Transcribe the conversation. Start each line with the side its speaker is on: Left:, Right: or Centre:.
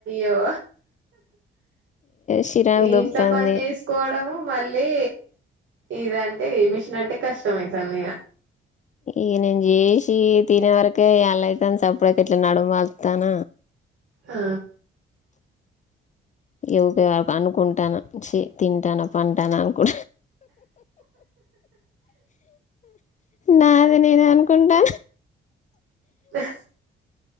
Right: ఏవ.
Left: చిరాకు
Right: ఈ
Left: దొబ్బుతాంది
Right: ఇంట్లో పని చేసుకోవడము మళ్ళీ ఇదంటే ఏ మిషన్ అంటే కష్టమఅయితంది ఇగ
Left: ఇక నేను చేసి తినే వరకే యాళ్లయితంది సప్పడక ఇట్లా నడుమలుతాన
Right: ఆ
Left: ఊకె అనుకుంటాన ఛీ తింటాన పంటాన. కు నాది నేను అనుకుంటా
Right: ఆ